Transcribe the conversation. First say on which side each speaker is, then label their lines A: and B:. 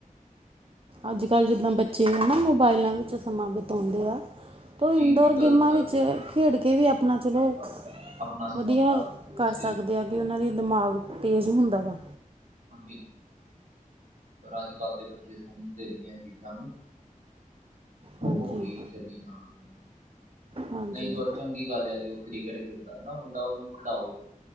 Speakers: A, on the right (about 40°); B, on the right (about 65°).
A: ਅੱਜ -ਕੱਲ੍ਹ ਜਿੱਦਾਂ ਬੱਚੇ ਆ ਨਾ, ਮੋਬਾਇਲਾਂ ਵਿੱਚ ਸਮਾਂ ਬਿਤਾਉਂਦੇ ਆ ਤ
B: ਜੀ
A: ਇਨਡੋਰ
B: ਜੀ ਗ਼ਲਤ
A: ਗੇਮਾਂ
B: ਗੱਲ
A: ਵਿੱਚ,
B: ਆ ਇਹ
A: ਖੇਡ ਕੇ ਵੀ ਆਪਣਾ ਚਲੋ
B: ਆਪਣਾ ਸਮਾਂ
A: ਵਧੀਆ
B: ਬਿਤਾ ਸਕਦੇ ਆ,
A: ਕਰ
B: ਸਹੀ
A: ਸਕਦੇ
B: ਗੱਲ
A: ਆ ਕਿ, ਉਹਨਾਂ ਦੀ ਦਿਮਾਗ ਤੇਜ਼ ਹੁੰਦਾ ਵਾ
B: ਹਾਂਜੀ, ਪਰ ਅੱਜ -ਕੱਲ੍ਹ ਦੇ ਬੱਚੇ ਸਮਝਦੇ ਨਹੀਂ ਏ, ਚੀਜ਼ਾਂ ਨੂੰ
A: ਹਾਂਜੀ
B: ਹੋ ਗਈ ਚੰਗੀ ਤਰ੍ਹਾਂ,
A: ਹਾਂਜੀ
B: ਨਹੀਂ ਤ ਚੰਗੀ ਗੱਲ ਆ ਜੀ, ਉਹ ਕ੍ਰਿਕਟ ਖੇਡਦਾ ਮੁੰਡਾ, ਉਹਨੂੰ ਖਡਾਓ